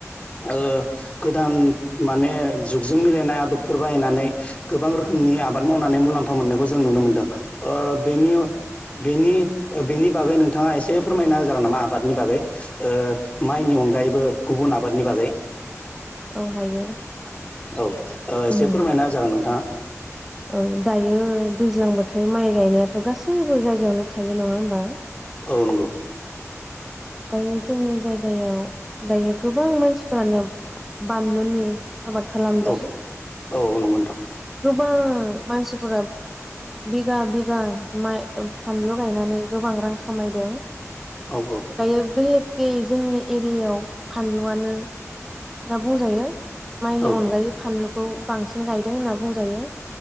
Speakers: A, on the left (about 25°); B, in the centre.
A: ओ गोदान माने जुगजों मिलायनाय आदबफोर बाहायनानै गोबां रोखोम नि आबाद मावनानै मुलाम्फा मोननायखौ जों नुनो मोनदों बेनि बेनि ओ बेनि बागै नोंथाङा एसे फोरमायना होजागोन नामा आबादनि बागै ओ माइनि अनगायैबो गुबुन आबादनि बागै
B: औ हायो
A: <inaudible> औ ओ एसे
B: ओम
A: फोरमायना जागोन नोंथाङा
B: औ दायो दैज्लां बोथोर माइ गायनायाथ' गासैबो जायगायावनो थायो नङा होमबा
A: औ नंगौ
B: दायो जोंनि जायगायाव दायो गोबां मानसिफोरानो बानलुनि आबाद खालामदों
A: औ औ नंगौ नोंथां
B: गोबां मानसिफोरा बिगा बिगा माइ फानलु गायनानै गोबां रां खामायदों
A: औ औ
B: दायो बेहेके जोंनि एरियायाव फानलुआनो होनना बुंजायो माइनि
A: औ
B: अनगायै फानलुखौ बांसिन गायदों होनना बुंजायो